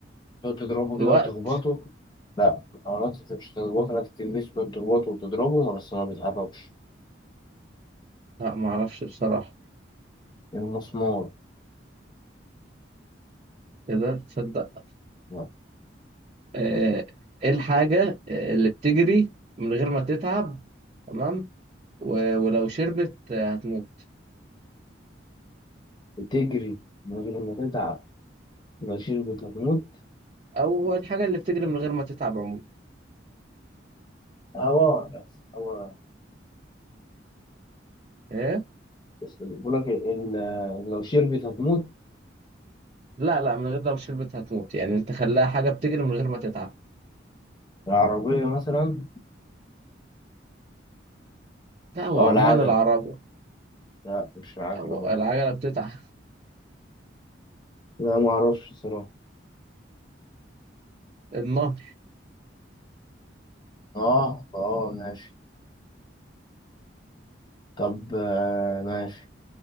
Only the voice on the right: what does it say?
الوقت
لا معرفش بصراحة
إيه ده تصدق
آه، إيه الحاجة اللي بتجري من غير ما تتعب تمام و- ولو شربت آه، هتموت
أو الحاجة اللي بتجري من غير ما تتعب عموما
إيه
لا لا من غير لو شربت هتموت يعني أنت خلاها حاجة بتجري من غير ما تتعب
لا هو
عموما
العربة
هو
العجلة بتتعب
<laughs> النهر